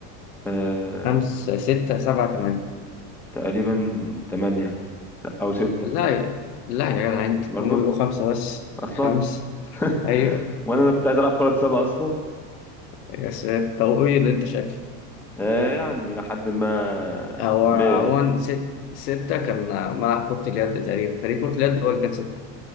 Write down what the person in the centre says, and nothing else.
آه،
تقريبا تمانية او ستة
برضه
اصلا
<laughs>
وانا اللي كنت عايز العب كرة سلة اصلا
آه يعني لحد ما
مية